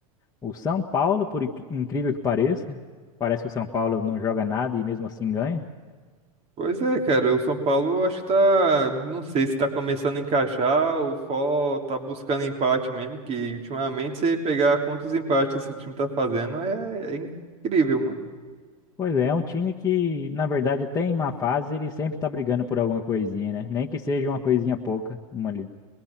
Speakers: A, on the left; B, on the right.
A: o São Paulo, por inc- incrível que pareça, parece que o São Paulo não joga nada e mesmo assim ganha.
B: Pois é, cara, o São Paulo acho que tá, não sei se tá começando a encaixar ou só tá buscando empate mesmo, que ultimamente você pegar quantos empates que esse time tá fazendo é, é incrível, mano.
A: Pois é, é um time que, na verdade, até em má fase, ele sempre está brigando por alguma coisinha, né? Nem que seja uma coisinha pouca, uma, li-